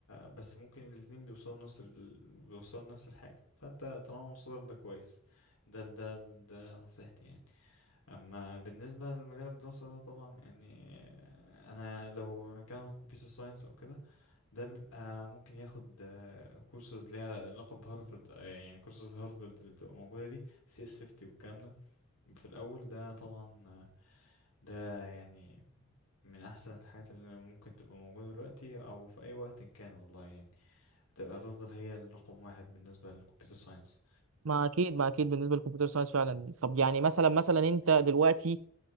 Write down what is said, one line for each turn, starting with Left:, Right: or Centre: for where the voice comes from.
Left: بس ممكن الاتنين بيوصلوا نفس ال... بيوصلوا نفس الحاجة فانت طالما المصدر ده كويس ده ده ده نصيحتي يعني اما بالنسبة لمجال الدراسة ده طبعا يعني انا لو مكان كمبيوتر ساينس او كده ده بيبقى ممكن ياخد كورسز ليها علاقة بهارفرد آه، يعني كورسز هارفرد اللي بتبقى موجودة دي سي اس 50 والكلام ده في الأول ده طبعا آه، ده يعني من أحسن الحاجات اللي ممكن تبقى موجودة دلوقتي أو في أي وقت إن كان والله يعني هتبقى هتفضل هي الرقم واحد بالنسبة للكمبيوتر ساينس
Right: ما اكيد ما اكيد بالنسبه للكمبيوتر ساينس فعلا طب يعني مثلا مثلا انت دلوقتي